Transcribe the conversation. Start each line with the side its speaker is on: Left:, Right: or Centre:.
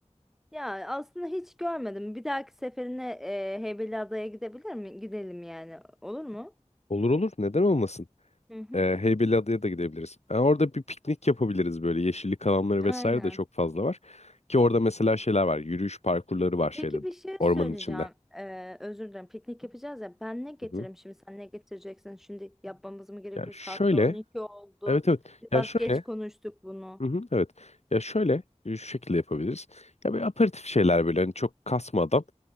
Centre: ya aslında hiç görmedim. Bir dahaki seferine e, Heybeli Adaya gidebilir mi? Gidelim yani. Olur mu?
Left: Olur olur. Neden olmasın?
Centre: Hı hı.
Left: Ee, Heybeliada'ya da gidebiliriz. Yani orada bir piknik yapabiliriz böyle. Yeşillik alanları vesaire
Centre: Aynen.
Left: de çok fazla var. Ki orada mesela şeyler var. Yürüyüş parkurları var şeyde
Centre: Peki bir şey
Left: ormanın
Centre: söyleyeceğim.
Left: içinde.
Centre: Ee, özür dilerim. Piknik yapacağız ya. Ben ne getireyim
Left: Hı hı.
Centre: şimdi? Sen ne getireceksin? Şimdi yapmamız mı gerekiyor?
Left: Ya şöyle.
Centre: Hatta 12 oldu.
Left: Evet evet.
Centre: Biraz
Left: Ya şöyle.
Centre: geç konuştuk bunu.
Left: Hı hı, evet. Ya şöyle e, şu şekilde yapabiliriz. Ya böyle aperatif şeyler böyle hani çok kasmadan